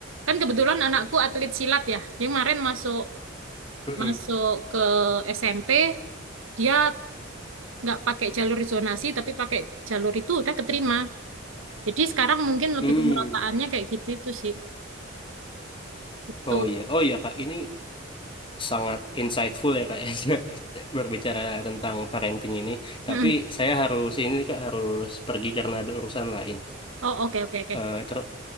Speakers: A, on the right; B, on the left.
A: Kan kebetulan anakku atlet silat ya. Dia kemarin masuk
B: Mm-mm.
A: masuk ke SMP, dia nggak pakai jalur zonasi, tapi pakai jalur itu udah keterima. Jadi sekarang mungkin lebih
B: Hmm.
A: pemerataannya kayak gitu itu sih. Gitu.
B: oh iya oh iya kak ini sangat insightful ya kak <laughs> berbicara tentang parenting ini tapi
A: Mm-mm.
B: saya harus ini nih, kak harus pergi karena ada urusan lain
A: Oh, oke, oke, oke.
B: Eh, ter-